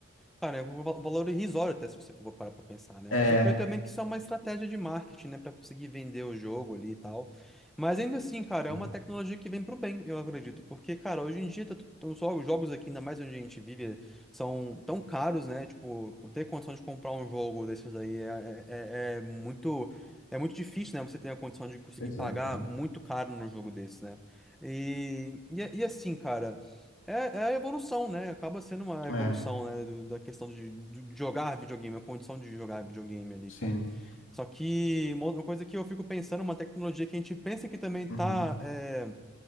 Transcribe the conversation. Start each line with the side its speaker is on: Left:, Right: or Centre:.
Centre: Cara, é um val- valor irrisório até se você for parar pra pensar, né?
Left: É,
Centre: Mas eu creio também que isso é uma estratégia de marketing, né? Pra conseguir vender o jogo ali e tal. Mas ainda assim, cara,
Left: sim,
Centre: é uma tecnologia que vem pro bem, eu acredito. Porque, cara, hoje em dia, tá tu- tão só os jogos aqui, ainda mais onde a gente vive, são tão caros, né? Tipo, ter condição de comprar um jogo desses aí é, é, é é muito... É muito difícil, né? Você ter a condição de conseguir
Left: pois
Centre: pagar
Left: é, cara.
Centre: muito caro num jogo desse, né? E, e, e assim, cara... É, é a evolução, né? Acaba sendo uma evolução,
Left: É,
Centre: né? do- da questão de, de jogar videogame, a condição de jogar videogame ali,
Left: sim.
Centre: cara. Só que uma outra coisa que eu fico pensando, uma tecnologia que a gente pensa que também tá,
Left: Uhum.
Centre: é,